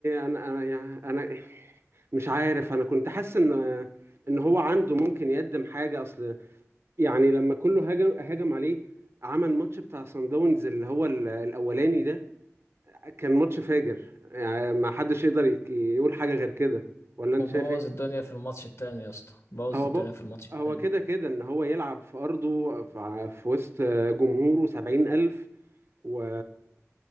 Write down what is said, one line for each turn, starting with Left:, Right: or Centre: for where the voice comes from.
Right: انا انا يعني انا مش عارف انا كنت حاسس ان ان هو عنده ممكن يقدم حاجه اصل يعني لما كله هاجم هاجم عليه عمل ماتش بتاع سان داونز اللي هو ال- الاولاني ده كان ماتش فاجر يعني ما حدش يقدر يك- يقول حاجه غير كده ولا انت
Left: وبوظ
Right: شايف ايه
Left: الدنيا في الماتش التاني يا اسطى بوظ
Right: هو
Left: الدنيا
Right: بق...
Left: في الماتش التاني
Right: هو كده كده ان هو يلعب في ارضه في في وسط جمهوره سبعين الف و...